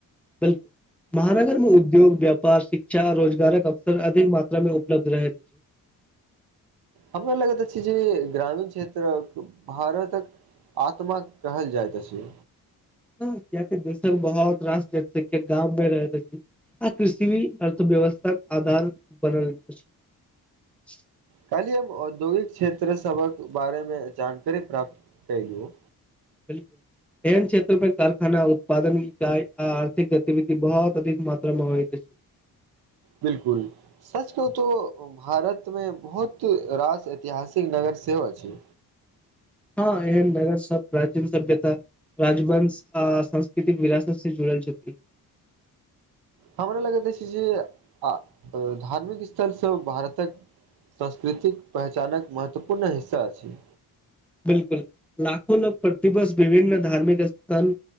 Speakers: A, in the centre; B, on the right (about 75°).
A: बिलकुल महानगर में उद्योग व्यापार शिक्षा आ रोजगारक अवसर अधिक मात्रा में उपलब्ध रहैत <inaudible>
B: हमरा लगैत अछि जे ग्रामीण क्षेत्रक भारतक आत्मा कहल जाइत अछि
A: कियाकी दशक बहुत रास लोग गाममे रहत अछि आ कृषिी अर्थव्यवस्था आधार बनेल छै
B: कहलिए हम औद्योगिक क्षेत्र सभक बारेमे जानकारी प्राप्त कयलहु
A: बिलकुल एहन क्षेत्रमें कारखाना उत्पादन इाई आ आर्थिक गतिविधि बहुत अधिक मात्रा मे होइत अछि <inaudible>
B: बिलकुल सच कहु तो भारतमे बहुत रास ऐतिहासिक नगर सेहो अछि
A: हँ ऐहन जगह सब प्राचीन सभ्यता राजवंश आ सांस्कृतिक विरासत से जुड़ल छथि
B: हमरा लगैत अछि जे आ धार्मिक स्थलसँ भारतक सांस्कृतिक पहचानक महत्वपूर्ण हिस्सा अछि
A: बिलकुल लाखो लोक प्रतिबर्ष विभिन्न धार्मिक स्थान